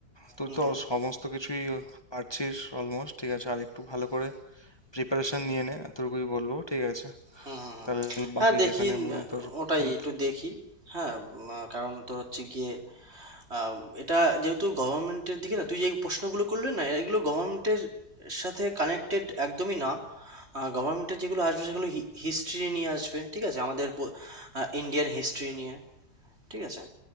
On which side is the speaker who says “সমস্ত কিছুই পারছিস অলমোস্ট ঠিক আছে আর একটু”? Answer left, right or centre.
Left